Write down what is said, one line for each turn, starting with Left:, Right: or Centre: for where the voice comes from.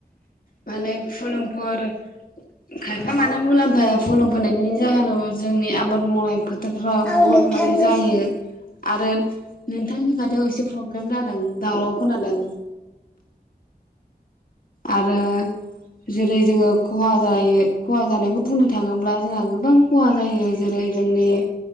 Left: माने फुलुंफोर खायफा
Centre: उम
Left: मानो मुलाम्फाया फुलुं फैनायनि जाहोनाव जोंनि आबाद मावनाय फोथ <unintelligible>
Centre: औ
Left: बुहुद
Centre: नोंथां
Left: माने
Centre: उम औ नोंथां उम
Left: जायो। आरो नोंथांनि खाथियाव एसे प्रब्लेम जादों दावराव खोनादों। आरो जेरै जोङो खहा जायो खहा जानायखौ बुंनो थाङोब्ला जोंहा गोबां खहा जायो जेरै जोंनि